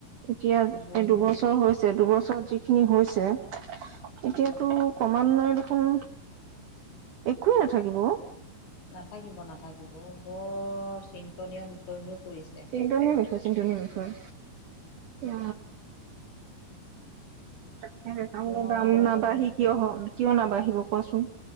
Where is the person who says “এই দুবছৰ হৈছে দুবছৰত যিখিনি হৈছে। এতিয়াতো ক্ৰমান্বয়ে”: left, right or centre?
Right